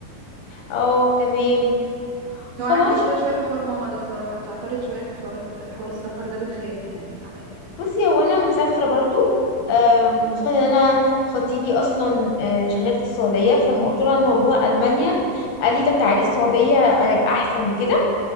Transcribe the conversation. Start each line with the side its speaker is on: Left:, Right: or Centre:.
Left: اه تمام خلاص
Right: هو عندي مشكلة شوية في حوار ماما ده بصراحة بتعترض شوية في حوارات في حوار السفر ده بتخاف يعني عليا
Left: بصي هو انا مسافره برضو آم،
Right: امم
Left: خصوصا ان انا خطيبي اصلا آه، شغال في السعوديه فلما قلت له على موضوع المانيا قال لي طب تعالي السعوديه آه، احسن وكده